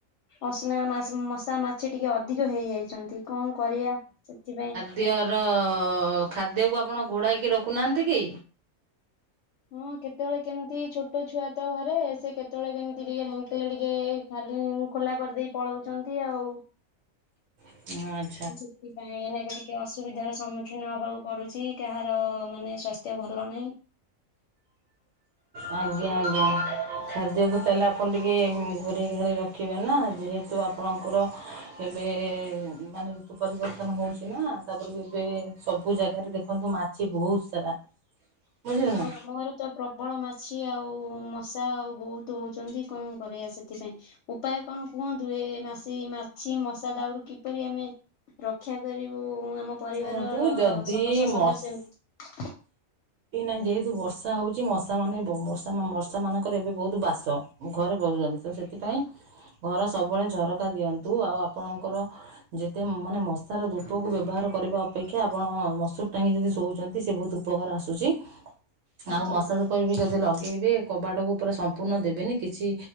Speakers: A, on the left; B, on the right.
A: ଅସ୍ନା ମାସ୍ ମଶା ମାଛି ଟିକେ ଅଧିକ ହେଇଯାଇଛନ୍ତି କଁ କରିଆ ସେଥିପାଇଁ
B: ଦିଅର ଖାଦ୍ୟକୁ ଆପଣ ଘୋଡ଼ାଇକି ରଖୁନାହାନ୍ତି କି?
A: ହଁ କେତେବେଳେ କେମ୍ତି ଛୋଟ ଛୁଆ ତ ଘରେ ସେ କେତେବେଳେ କେମ୍ତି ଟିକେ ଢାଙ୍କିଲେ ଟିକେ ଖାର୍ ଉଁ ଖୋଲା କରିଦେଇ ପଳଉଚନ୍ତି ଆଉ।
B: ଉଁ <unintelligible>
A: ଉ ସେଥିପାଇଁ ଏଇନା କା ଟିକେ ଅସବିଧାର ସମ୍ମୁ ଖିନ ହବାକୁ ପଡ଼ୁଚି କାହାର ମାନେ ସ୍ୱାସ୍ଥ୍ୟ ଭଲ ନାଇଁ।
B: ଆଜ୍ଞା ଆଜ୍ଞା ଖାଦ୍ୟକୁ ତାଏଲେ ଆପଣ ଟିକେ ହୁଁ ଘୋରେଇ ଘୋରାଇ ରଖିବେ ନା ଯେହେତୁ ଆପଣଙ୍କର ଏବେ ମାନେ ଋତୁ ପରିବର୍ତ୍ତନ ହଉଛି ନା ତାପରେ ଏବେ ସବୁ ଜାଗାରେ ଦେଖନ୍ତୁ ମା ଚି ବହୁତ୍ ସାରା ବୁଝିଲେ
A: ହଁ
B: ନା
A: ଆମ ଘରେ ତ ପ୍ରବଳ ମାଛି ଆଉ ମଶା ଆଉ ବହୁତୁ ହଉଛନ୍ତି କଁ କରିଆ ସେଥିପାଇଁ। ଉପାୟ କଣ କୁହନ୍ତୁ ଏ ମାଶି, ମାଛି, ମଶା ଦାଉରୁ କିପରି ଆମେ ରକ୍ଷା କରିବୁ ଆମ ପରିବାରର
B: ଶୁଣନ୍ତୁ ଯଦି
A: ସମସ୍ତ ସଦସ୍ୟଙ୍କୁ।
B: ମଶା
A: <inaudible>
B: ଏଇନା ଯେହେତୁ ବର୍ଷା ହଉଚି ମଶା ମାନେ ବ ମଶା ମାନଙ୍କର ଏବେ ବହୁତ୍ ବାସ ଘରେ ପସୁଚନ୍ତି ତ ସେଥିପାଇଁ ଘର ସବୁବେଳେ ଝରକା ଦିଅନ୍ତୁ ଆଉ ଆପଣଙ୍କର ଯେତେ ମାନେ ମଶାର ଧୂପକୁ ବ୍ୟବହାର କରିବା ଅପେକ୍ଷା ଆପଣ ମସୁରି ଟାଙ୍ଗି ଯଦି ଶୋଉଚନ୍ତି ସେ ବହୁତ୍ ଉପକାର ଆସୁଚି।
A: ଆଜ୍ଞା
B: ଆଉ ମଶା ଧୂପ ବି ଯଦି ଲଗେଇବେ କବାଟକୁ ପୁରା ସମ୍ପୂର୍ଣ୍ଣ ଦେବେନି କିଛି